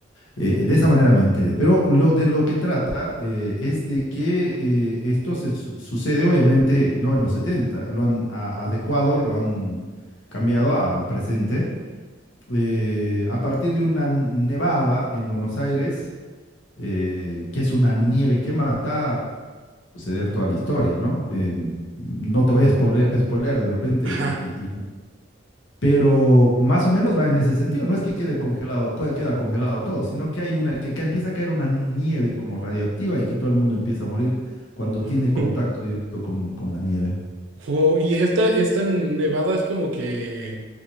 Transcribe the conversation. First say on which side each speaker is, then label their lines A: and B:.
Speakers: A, on the left; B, on the right.
A: eh, de esa manera me enteré. Pero lo, de lo que trata eh, es de que eh, esto se su- sucede obviamente no en los setenta lo han a- adecuado, lo han cambiado al presente. eh, a partir de una nevada en Buenos Aires, eh, que es una nieve que mata, suceder toda la historia, ¿no? Em, no te voy a spoilear, spoilear de repente
B: Ajá.
A: y, y- y pero más o menos va en ese sentido. No es que quede congelado, cue- queda congelado todo, sino que hay una, que, ca- empieza a caer una nieve como radioactiva y que todo el mundo empieza a morir cuando tiene
B: <laughs>
A: contacto directo con, con la nieve.
B: Wow, y esta, esta nevada es como que